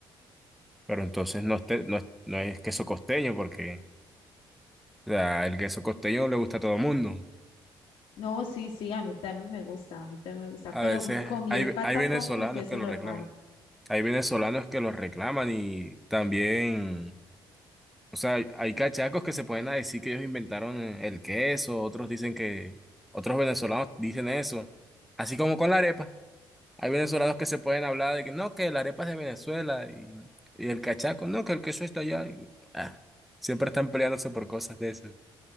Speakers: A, in the centre; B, on the left (about 75°).
A: Pero entonces no, este- no, es- no es queso costeño porque o sea, el queso costeño le gusta a todo el mundo.
B: No, sí, sí, a mí también me gusta, a mí también me gusta,
A: A
B: pero
A: veces
B: comí
A: hay,
B: el patacón
A: hay venezolanos
B: con queso
A: que lo
B: normal.
A: reclaman. Hay venezolanos que lo reclaman y también, o sea, hay, hay cachacos que se pueden decir que ellos inventaron eh, el queso, otros dicen que, otros venezolanos dicen eso. Así como con la arepa. Hay venezolanos que se pueden hablar de que no, que la arepa es de Venezuela y, y el cachaco, no, que el queso está allá. y, ah, siempre están peleándose por cosas de esas. O